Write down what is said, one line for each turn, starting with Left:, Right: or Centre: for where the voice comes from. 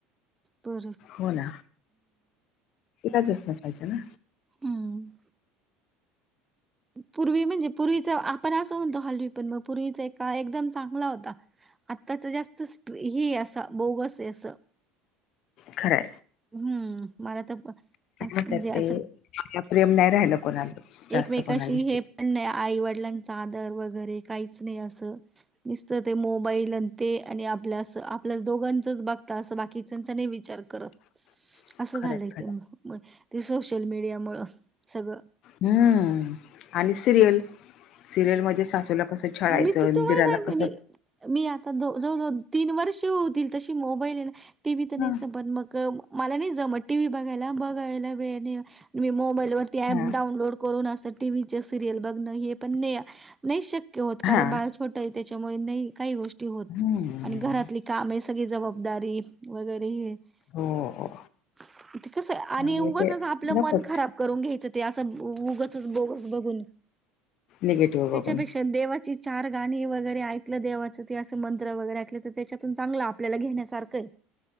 Right: ब
Left: हो ना तचच नसायचं ना
Right: हं पूर्वी म्हणजे पूर्वीच आपण असं म्हणतो हलवी पण मग पूर्वीच एक काळ एकदमच चांगला होता आताच जास्त स्ट हे असा बोगसय अस
Left: खरंय
Right: हम्म मला तर ब असं
Left: म्हणतात
Right: म्हणजे
Left: ते
Right: असं
Left: आता प्रेम नाही राहिलं कोणाला. जास्त
Right: एकमेकाशी
Left: कोणाविषयी
Right: हे पण नाही आईवडिलांचा आदर वगैरे काहीच नाही असं. दिसत ते मोबाईल अ ते आणि आपल्यास आपल्या दोघांचच बघता असं बाकी त्यांचा नाही विचार करत.
Left: <inaudible>
Right: असं झालंय
Left: खरं
Right: ते म ते सोशल मीडिया मुळ सगळं.
Left: हम्म आणि सिरियल. सिरियल मध्ये सासूला कसं छळायचं
Right: मी तर तुम्हाला
Left: ईदिराला
Right: सांगते
Left: कस
Right: मी मी आता दो जवळ जवळ तीन वर्ष होतील तशी मोबाईल आहे ना टीव्ही तर नाही
Left: हा
Right: स पण मग मला नाही जमत टी व्ही बघायला बघायला वेळ नई मी मोबाईल वरती ऍप
Left: हा
Right: डाऊनलोड कोरोना अस टीव्हीचे सिरियल बघणं हे पण नाही नाही शक्य होत
Left: हा
Right: कारण बाळ छोटंय त्याच्यामुळे नाही काही गोष्टी होत
Left: हम्म
Right: आणि घरातली काम आहे सगळी जबाबदारी वगैरे हे --
Left: हो.
Right: <inaudible> कसं
Left: त्यामुळे
Right: आणि उगंचच
Left: ते
Right: आपलं
Left: नकोच
Right: मन खराब करून घ्यायचं ते असं उगचच बोगस बघून.
Left: निगेटिव
Right: त्याच्यापेक्षा
Left: बघून.
Right: देवाची चार गाणी वगैरे ऐकलं देवाचं ते असं मंत्र वगैरे ऐकलं तर ते त्याच्यातून चांगलं आपल्याला घेण्यासारखय.